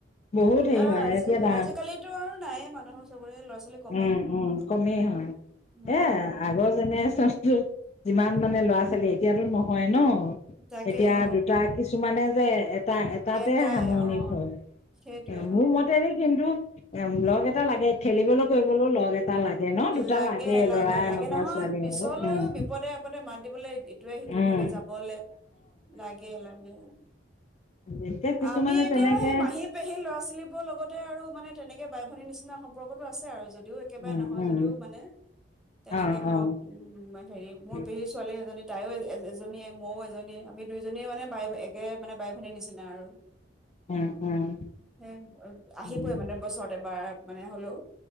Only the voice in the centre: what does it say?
তাকে
আৰু
আজি-আজিকালিতো
আৰু নাইয়ে মানুহৰ চবৰে ল'ৰা ছোৱালী কমেই।
উম
তাকে
অ
এটাই
অ
সেইটোৱে
অ
লাগে, লাগে,
লাগে
নহয়
পিছলৈয়ো
বিপদে আপদে মাত দিবলে ইটোৱে সিটোৰ
ঘৰলে যাবলে, লাগে, লাগে।
আমি এতিয়া
সেই মাহীত পেহীৰ ল'ৰা ছোৱালীবোৰৰ লগতে আৰু মানে তেনেকে বাই ভনীৰ নিচিনা সম্পৰ্কটো আছে আৰু যদিও একেবাৰে
নহয়।
যদিয়ো মানে, তেনেকে
ধৰক
উম হেৰি মোৰ
পেহী ছোৱালী এজনী তাইয়ো এজনীয়ে মইয়ো এজনীয়ে আমি দুইজনীয়ে মানে বাই এক কে মানে বাই ভনীৰ নিচিনা আৰু।
সেই আহিবই
মানে বছৰত এবাৰ মানে হ'লেও।